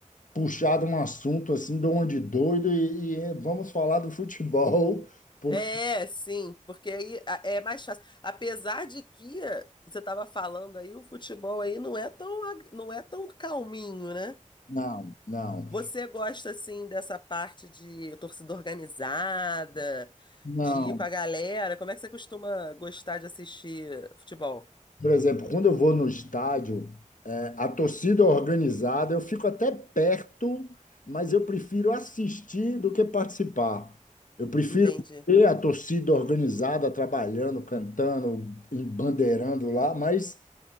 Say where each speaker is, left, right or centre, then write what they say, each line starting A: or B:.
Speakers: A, on the left; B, on the left.
A: puxado um assunto assim de onde doido e, e vamos falar do futebol porque
B: é, sim, porque aí a- é mais fácil. Apesar de que você estava falando aí, o futebol aí não é tão, ag- não é tão calminho, né?
A: não, não.
B: Você gosta assim dessa parte de torcida organizada,
A: Não.
B: de ir com a galera? Como é que você costuma gostar de assistir futebol?
A: Por exemplo, quando eu vou no estádio, é, a torcida organizada, eu fico até perto, mas eu prefiro assistir do que participar. Eu prefiro
B: Entendi.
A: ver a torcida organizada trabalhando, cantando, bandeirando lá, mas